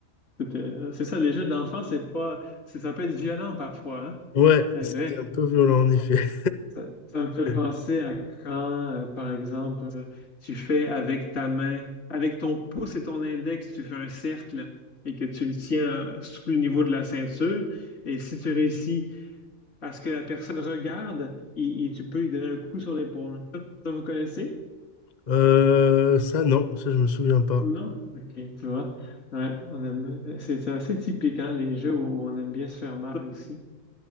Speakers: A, on the left (about 70°); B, on the left (about 45°).
A: c'était- C'est ça, les jeux d'enfants, c'est pas, c'est- ça peut être violent parfois, hein?
B: Ouais,
A: C'est
B: c'était
A: vrai.
B: un peu violent
A: ouais.
B: en effet.
A: Ça, ça me fait
B: <laughs>
A: penser à quand, euh, par exemple, euh, tu fais avec ta main, avec ton pouce et ton index, tu fais un cercle et que tu le tiens euh, sous le niveau de la ceinture. Et si tu réussis à ce que la personne regarde et, et tu peux lui donner un coup sur l'épaule. Ça, vous connaissez?
B: Euh, ça, non, ça, je me souviens pas.
A: Non? Ok, tu vois. Ouais, on aime, c'est c'est assez typique, hein, les jeux où on aime bien se faire mal aussi.